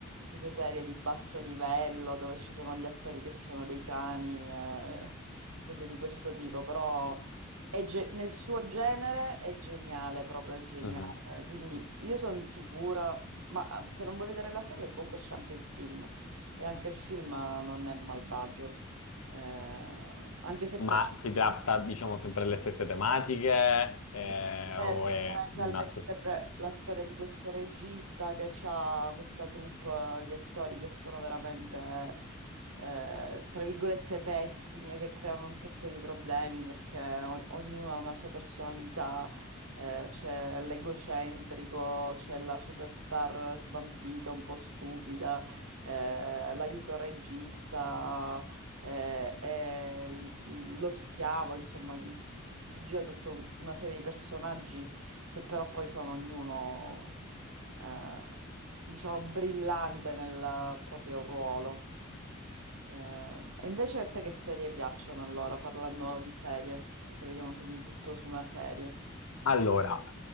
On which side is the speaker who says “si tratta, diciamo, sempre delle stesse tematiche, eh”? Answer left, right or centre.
Left